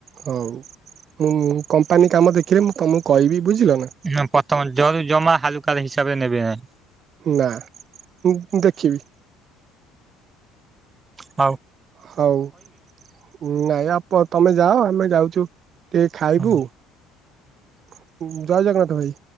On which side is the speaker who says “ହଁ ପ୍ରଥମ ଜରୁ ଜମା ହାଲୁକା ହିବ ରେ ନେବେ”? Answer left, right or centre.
Right